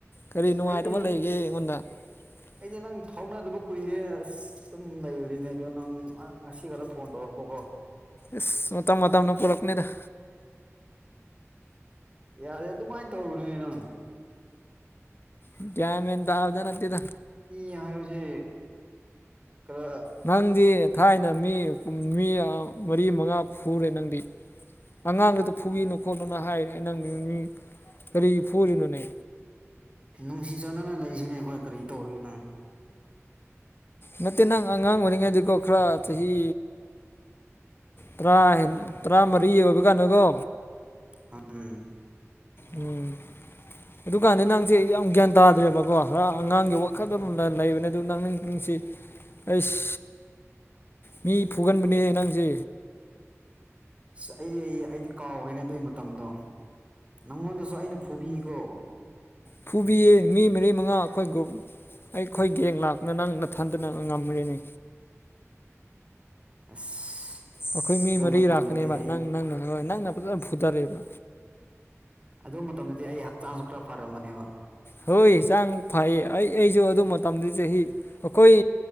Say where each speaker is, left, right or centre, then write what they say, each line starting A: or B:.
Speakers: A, on the left; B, on the right.
A: ꯀꯔꯤ ꯅꯨꯡꯉꯥꯏꯇꯕ
B: ꯑꯩꯗꯤ
A: ꯂꯩꯒꯦ <inaudible>
B: ꯑꯩꯗꯤ ꯅꯪ ꯐꯥꯎꯅꯗꯕ ꯀꯨꯏꯔꯦ ꯑꯁ ꯑꯗꯨꯝ ꯂꯩꯕꯅꯤꯅꯦ ꯑꯗꯣ ꯅꯪ ꯉꯁꯤꯒꯗ ꯐꯣꯟ ꯇꯧꯔꯛꯄꯀꯣ
A: ꯏꯁꯁ ꯃꯇꯝ ꯃꯇꯝꯅ ꯄꯨꯔꯛꯅꯤꯗ ꯎ
B: ꯌꯥꯔꯦ ꯑꯗꯨꯃꯥꯏꯅ ꯇꯧꯔꯨꯅꯅꯦ ꯅꯪ
A: ꯟ ꯃꯦꯟꯦꯟ ꯇ ꯑꯥꯎꯗꯅ ꯇꯗ
B: ꯌꯥꯁꯦ ꯈꯔ
A: ꯅꯪꯗꯤ ꯊꯥꯏꯅ ꯃꯤ ꯃꯤ ꯃꯔꯤ ꯃꯉꯥ ꯐꯨꯔꯦ ꯅꯪꯗꯤ ꯑꯉꯥꯡꯗꯨꯗ ꯐꯨꯕꯤꯅꯣ ꯈꯣꯠꯅꯣꯅ ꯍꯥꯏꯔꯦ ꯑꯩ ꯅꯪꯒꯤ ꯃꯤ ꯀꯔꯤꯒꯤ ꯐꯨꯔꯤꯅꯣꯅꯦ
B: ꯅꯨꯡꯁꯤ ꯆꯥꯟꯅꯅ ꯂꯩꯔꯤꯁꯤꯅꯦ ꯑꯩꯈꯣꯏ ꯀꯔꯤ ꯇꯧꯔꯤꯒꯦ ꯅꯪ
A: ꯅꯠꯇꯦ ꯅꯪ ꯑꯉꯥꯡ ꯑꯣꯏꯔꯤꯉꯩꯗꯤꯀꯣ ꯈꯔ ꯆꯍꯤ ꯇꯔꯥ ꯍꯦꯟ ꯇꯔꯥꯃꯔꯤ ꯑꯣꯏꯕ ꯀꯥꯟꯅꯨꯒꯣ
B: ꯎꯝ
A: ꯎꯝ ꯑꯗꯨꯀꯥꯟꯗ ꯅꯪꯁꯦ ꯌꯥꯝ ꯒ꯭ꯌꯥꯟ ꯇꯥꯗ꯭ꯔꯦꯕꯀꯣ ꯈꯔ ꯑꯉꯥꯡꯒꯤ ꯋꯥꯈꯜꯣꯝꯗ ꯂꯩꯕꯅꯤ ꯑꯗꯨꯗ ꯅ ꯅꯅꯨꯡꯁꯦ ꯑꯩꯁ ꯃꯤ ꯐꯨꯒꯥꯟꯕꯅꯤꯍ ꯅꯪꯁꯦ
B: ꯑꯁ ꯑꯩꯗꯤ ꯑꯩ ꯑꯩꯗꯤ ꯀꯥꯎꯈꯦꯅ ꯑꯗꯨꯏ ꯃꯇꯝꯗꯣ ꯅꯪꯉꯣꯟꯗꯁꯨ ꯑꯩꯅ ꯐꯨꯕꯤꯒꯣ
A: ꯐꯨꯕꯤꯌꯦ ꯃꯤ ꯃꯔꯤ ꯃꯉꯥ ꯑꯩꯈꯣꯏ ꯒ꯭ꯔꯨꯞ ꯑꯩꯈꯣꯏ ꯒꯦꯡ ꯂꯥꯛꯄꯅ ꯅꯪ ꯊꯟꯗꯅ ꯉꯝꯃꯤꯔꯤꯅꯤ
B: ꯑꯁ
A: ꯑꯩꯈꯣꯏ ꯃꯤ
B: ꯑꯗꯨ
A: ꯃꯔꯤ
B: ꯃꯇꯝꯗꯗꯤ
A: ꯂꯥꯛꯄꯅꯦꯕ
B: ꯑꯩ
A: ꯅꯪ ꯅꯪꯅ ꯍꯣꯏ ꯅꯪꯅ ꯐꯖ ꯈꯨꯨꯗꯔꯦꯕ
B: ꯑꯗꯨ ꯃꯇꯝꯗꯗꯤ ꯑꯩ ꯍꯛꯆꯥꯡꯁꯨ ꯈꯔ ꯐꯔꯝꯕꯅꯦꯕ
A: ꯍꯣꯏꯆꯥꯡ ꯐꯩꯌꯦ ꯑꯩ ꯑꯩꯁꯨ ꯑꯗꯨ ꯃꯇꯝꯗ ꯆꯍꯤ ꯑꯩꯈꯣꯏ